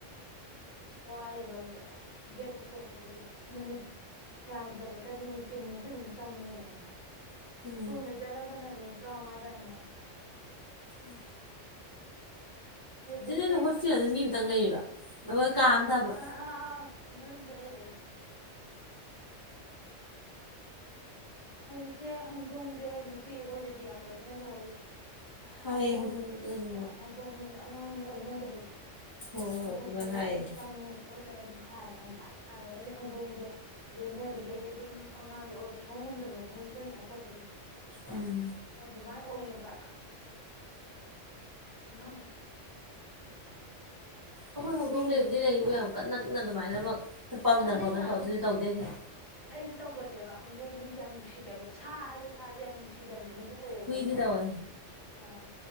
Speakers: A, on the left; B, on the right.
A: ꯋꯥꯏꯑꯦꯕ ꯑꯗꯨꯗ ꯒꯦꯠ ꯄꯨꯧꯊꯣꯛꯄꯗꯗꯤ ꯃꯤꯅꯤꯠ ꯌꯥꯝꯗ꯭ꯔꯕꯗ ꯃꯤꯅꯤꯠ ꯀꯨꯟꯃꯨꯛꯇꯤ ꯑꯗꯨꯝ ꯆꯪꯉꯦꯕ ꯑꯗ
B: ꯎꯝ
A: ꯊꯅꯦ ꯆ ꯂꯒꯅ ꯃ ꯄꯨꯠꯇ꯭ꯔ ꯋꯥ ꯇ ꯏꯃ
B: ꯎꯝ
A: ꯔꯦꯕꯤꯁꯁꯦ
B: ꯆꯦꯅꯦꯗ ꯍꯣꯁꯇꯦꯜꯗ ꯃꯤ ꯑꯃꯇꯪ ꯂꯩꯔꯣ ꯅꯈꯣꯏ ꯀꯥꯑꯝ ꯇꯕ
A: ꯑꯥ ꯑꯥ ꯑꯥ ꯁꯤꯡꯒꯜ ꯔꯨꯝꯗ ꯂꯩꯕ ꯑꯩꯗꯣ ꯍꯧꯖꯤꯛꯁꯦ ꯍꯧꯗꯣꯡꯁꯦ ꯅꯨꯄꯤ ꯑꯩꯈꯣꯏꯗꯗꯤ ꯌꯥꯝ ꯂꯣꯏꯅ ꯅꯣꯏꯌꯦ
B: ꯍꯥꯏꯌꯦ
A: ꯍꯧꯗꯣꯡ ꯃꯍ
B: ꯅꯛꯅꯅꯣꯅ
A: ꯍꯧꯗꯣꯡ ꯃꯍꯩ ꯑꯉꯥꯡ ꯑꯣꯏ ꯉꯝꯗꯕꯁꯦ
B: ꯍꯣꯏ
A: ꯍꯧꯗꯣꯡ
B: ꯍꯣꯏ ꯑꯗꯨꯃꯥꯏꯅ
A: ꯃꯍꯤ
B: ꯍꯥꯏꯌꯦ
A: ꯆꯪꯉꯦ ꯈꯣꯠꯂꯦ ꯑꯗꯨꯝ ꯍꯥꯏꯕ ꯍꯝꯕ ꯑꯗꯨꯗ ꯑꯩꯁ ꯍꯧꯗꯣꯡꯁꯦ ꯂꯣꯏꯅꯗꯤ ꯀꯗꯤꯩ ꯑꯗꯨꯝ ꯃꯉꯥꯡꯁꯦ ꯑꯣꯏꯕ ꯁꯣꯡ ꯉꯝꯗꯕꯗꯣ ꯃꯍꯤꯛꯇꯨꯅ ꯆꯥꯊꯣꯛꯄꯗꯣ
B: ꯎꯝ
A: ꯑꯗꯨꯃꯥꯏꯅ ꯑꯣꯏꯌꯦꯕ ꯎꯝ
B: ꯑꯩꯈꯣꯏ ꯍꯧꯗꯣꯡ
A: ꯍꯨꯏ
B: ꯂꯩꯕꯨꯗꯤ ꯂꯩꯌꯦꯕ ꯌꯥ ꯌꯥꯝ ꯑꯀ ꯅꯛꯅ ꯑꯗꯨꯃꯥꯏꯅꯃꯛ ꯄꯝꯗꯅ
A: ꯑꯗꯩ
B: ꯈꯣꯠꯇꯅ
A: ꯉꯍꯥꯛ
B: ꯇꯧ ꯑꯗꯨꯗꯤ ꯇꯧꯗꯦ ꯑꯩꯗꯤ
A: ꯑꯩꯗꯤ ꯇꯧꯒꯜꯂꯦꯕ ꯍꯪꯗꯣꯡ ꯍꯖꯤꯛꯁꯦ ꯌꯥꯝ ꯅꯨꯡꯁꯤꯒꯜꯂꯦꯕ ꯁꯥ ꯍꯥꯏꯕ ꯁꯥꯁꯦ ꯌꯥꯝ ꯅꯨꯡꯁꯤꯒꯟꯕ ꯃꯤꯗꯣ ꯑꯣꯏꯌꯦꯕ
B: ꯍꯨꯏꯗꯤ
A: ꯑꯩꯈꯣꯏꯁꯦ
B: ꯇꯧꯋꯦ
A: ꯑꯥ